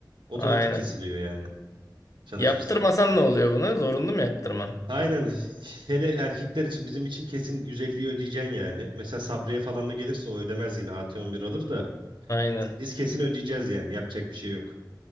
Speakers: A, on the right; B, on the left.
A: otomatik
B: Aynen.
A: kesiliyor yani çalışırsan.
B: Yaptırmasan ne oluyor bunu? Zorunlu mu yaptırman?
A: Aynen hele erkekler için bizim için kesin 150'yi ödeyeceksin yani. Mesela Sabriye falan da gelirse o ödemez yine A AT11 alır da
B: Aynen.
A: biz kesin ödeyeceğiz yani yapacak bir şey yok.